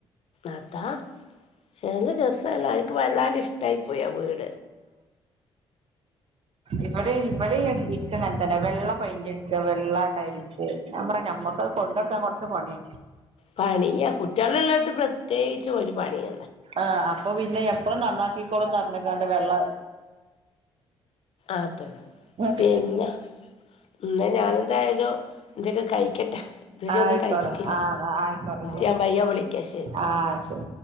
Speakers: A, on the left; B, on the right.
A: അതാ നല്ല രസള്ള എനിക്ക് വല്ലാതെ ഇഷ്ടായി പോയി ആ വീട്
B: ഇവിടെ ഇവി ഈ കിച്ചണ്അങ്ങനെ തന്നെ വെള്ള പയിൻ്റ് അടിക്ക വെള്ള ടൈൽസ് ഞാ പറിയ നമ്മുക്ക്ത് കൊണ്ട് ടക്കാൻ കുറച്ച് പണിയ
A: പണിയ കുട്ട്യാള് ഉള്ളോട്ത്ത് പ്രത്യേകിച്ചും ഒരു പണിയ
B: ആഹ അപ്പൊ പിന്നെ എപ്പഴ നന്നാക്കിക്കോളുംന്ന്ഞ്ഞക്കാണ്ട് വെള്ള
A: അതന്നെ
B: ഉം
A: പിന്നെ ഇന്ന ഞാന എന്തായാലും എന്തൊക്കെ കഴിക്കട്ടെ ഇതുവരെ
B: ആയിക്കോളും
A: ഒന്നും കഴിച്ചിക്കില്ല
B: ആഹ് ആയിക്കോട്ടെ ശരി
A: ഞാൻ പയ്യ വിളിക്ക ശരി
B: ആഹ് ശരി